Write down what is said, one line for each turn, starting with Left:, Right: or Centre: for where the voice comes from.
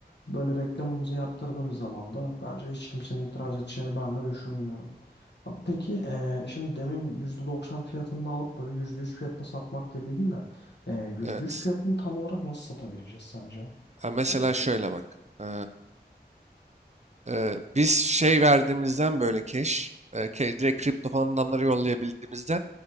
Left: Böyle reklamımızı yaptırdığımız zaman da bence hiç kimsenin itiraz edeceğini ben de düşünmüyorum. Ha, Peki e, şimdi demin %90 fiyatında alıp böyle %100 fiyatına satmak dediydin de e, %100
Right: Evet.
Left: fiyatını tam olarak nasıl satabileceğiz sence?
Right: Ha, Mesela
Left: Tamam.
Right: şöyle bak. Ee, Eee, biz şey verdiğimizden böyle cash, eee, ke- direkt kripto falan adamlara yollayabildiğimizden